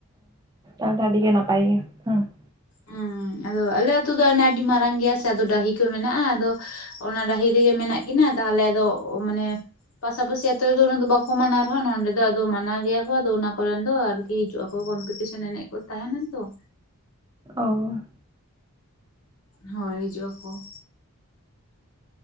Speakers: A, on the right (about 15°); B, on the left (about 75°).
A: ᱚᱻ <unintelligible> ᱟᱸᱵᱤ ᱜᱮ ᱱᱟᱯᱟᱭ ᱜᱮ, ᱦᱮᱸᱻ ᱾
B: ᱮᱸᱻᱝ, ᱟᱫᱚ, ᱟᱞᱮ ᱟᱹᱛᱩ ᱫᱚ, ᱚᱱᱮ ᱟᱹᱰᱤ ᱢᱟᱨᱟᱝ ᱜᱮᱭᱟ ᱥᱮ, ᱟᱫᱚ ᱰᱟᱹᱦᱤ ᱠᱚ, ᱢᱮᱱᱟᱜᱼᱟ ᱾ ᱟᱫᱚ ᱚᱱᱟ, ᱰᱟᱹᱦᱤ ᱨᱮᱜᱮ, ᱢᱮᱱᱟᱜ ᱠᱤᱱᱟᱹ᱾ ᱛᱟᱦᱚᱞᱮ ᱟᱫᱚ, ᱢᱟᱱᱮ ᱯᱟᱥᱟ ᱯᱟᱥᱤ ᱟᱛᱳ ᱨᱮ ᱫᱚ, ᱵᱟᱠᱚ ᱢᱟᱱᱟᱣ ᱨᱮᱦᱚᱸ, ᱱᱚᱰᱮ ᱫᱚ, ᱟᱫᱚ ᱢᱟᱱᱟᱣ ᱜᱮᱭᱟ ᱠᱚ, ᱟᱫᱚ ᱚᱱᱟ ᱠᱚᱨᱮᱱ ᱫᱚ ᱦᱤᱡᱩᱜᱼᱟ ᱟᱠᱚ, ᱠᱚᱢᱯᱤᱴᱤᱥᱮᱱ ᱮᱱᱮᱡ ᱠᱚ, ᱛᱟᱦᱮᱱᱟ ᱛᱚ ᱾
A: ᱚᱻ ᱾
B: ᱦᱳᱭ, ᱦᱤᱡᱩᱜ ᱟᱠᱚ